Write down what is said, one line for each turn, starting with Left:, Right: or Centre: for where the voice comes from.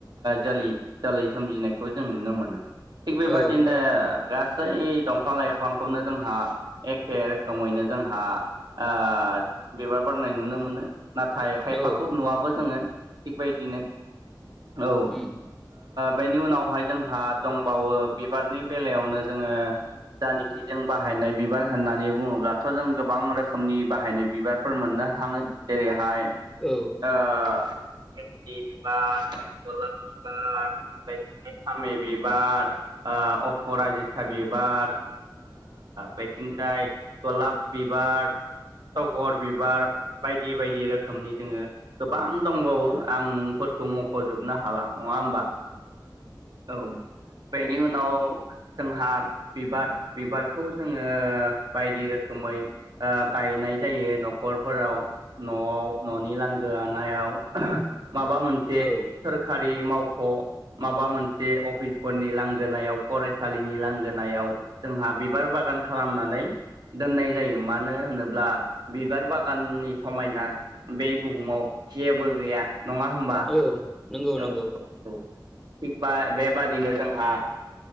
Right: जोलै जोलै सोमजिनायखौ जों नुनो मोनो थिग बेबादिनो
Centre: औ
Right: गा सै दंफां लाइफांखौनो जोंहा एखे रोखोमैनो जोंहा ओ बिबार बारनाय नुनो मोनो नाथाय खायफाखौ
Centre: औ
Right: नुवाबो जोङो थिग बायदिनो औ
Centre: उम
Right: बेनि उनावहाय जोंहा दंबावो बिबारनि बेलायावनो जोङो जायनोखि जों बाहायनाय बिबार होननानै बुङोब्लाथ' जों गोबां रोखोमनि बाहायनाय बिबारफोर मोननो थाङो जेरै हाय
Centre: औ
Right: ओ गेन्दि बिबार गलाब बिबार बेबायदिनो फामि बिबार अपराजित ता बिबार बेथिंजाय गलाब बिबार टगर बिबार बायदि बायदि रोखोमनि जोङो गोबां दंबावो आं मुंफोरखौ मख'जोबनो हाला नङा होमबा औ बेनि उनाव जोंहा बिबार बिबारखौ जोङो बायदि रोखोमै गायनाय जायो न'खरफोराव न'आव न'नि लांगोनायाव माबा मोन से
Centre: औ
Right: सोरखारि मावख' माबा मोनसे अफिसफोरनि लांगोनायाव फराय सालिनि लांगोनायाव जोंहा बिबार बागान खालामनानै दोननाय जायो मानो होनोब्ला बिबार बागाननि समायना बे बुहुमाव जेबो गैया नङा होमबा
Centre: औ नोंगौ
Right: औ
Centre: नोंगौ
Right: औ थिग बा बेबादिनो जोंहा